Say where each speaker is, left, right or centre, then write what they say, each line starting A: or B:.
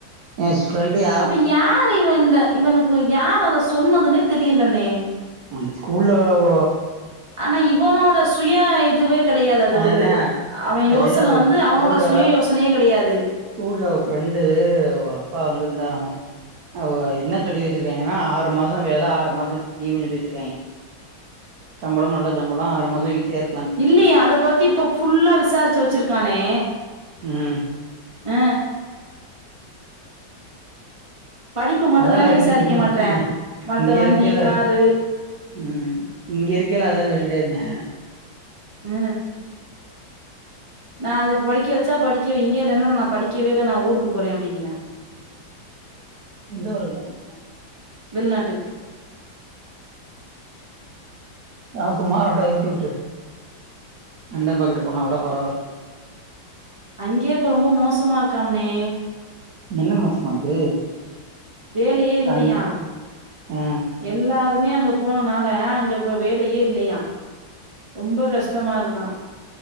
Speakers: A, on the right (about 60°); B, on the right (about 15°).
A: ஏஸ் ஃப்ரெண்டு யா
B: அப்ப யாரு இவ இந்த இவனுக்கு யாரு அத சொன்னதுன்னே தெரியலண்ணே.
A: அவ ஸ்கூல்ல ஓ
B: ஆனா இவனோட சுய இதுவே கெடயாது அது
A: அததா
B: வந்து. அவெ
A: அது
B: யோசன வந்து அவனோட
A: ஸ்கூல்ல
B: சுய யோசனயே கெடயாது
A: ஸ்கூல்ல ஓ ஃப்ரெண்டு அவுக அப்பா வந்திருந்தாராமா அவுக என்ன சொல்லி வெச்சிருக்காங்கன்னா ஆறு மாசோ வேல ஆறு மாசோ லீவுனு சொல்லி வெச்சிருக்காய்ங்க. சம்பளமு நல்ல சம்பளோ ஆறு மாசோ வீட்லயே இரு
B: இல்லயே அத பத்தி இப்ப ஃபுல்லா விசார்ச்சு வெச்சிருக்கானே
A: ம்
B: ஆ படிப்பு மட்டுந்தானே
A: அதா ல இங்
B: விசாரிக்க
A: இங்க
B: மாட்றா
A: இங்க
B: மத்த
A: இங்க
B: வண்டி
A: இருக்கேல்ல
B: காரு
A: ம் இங்க இருக்கேல்ல அதா சொல்லிட்டே இருந்தெ.
B: அ நா அதுக்கு படிக்க வெச்சா படிக்கே வைங்க இல்லன்னா நா படிக்கவே இல்ல நா ஊருக்கு போறே அப்பிடிங்கின்னா.
A: எந்த ஊருக்கு போற
B: வெள்நாட்டுக்கு
A: நம்ம குமார அப்பிடியே ஏத்தி உட்ரு. லண்டன் பக்கட்டு போனா கூட பரவால.
B: அங்கே இப்ப ரொம்ப மோசமா இருக்காம்னே.
A: என்ன மோசமா இருக்கு
B: வேலெயே இல்லையா
A: தங் ஆ
B: எல்லாருமே அங்க போனனால அங்க இப்ப வேலெயே இல்லையா. ரொம்ப கஷ்டமா இருக்கா.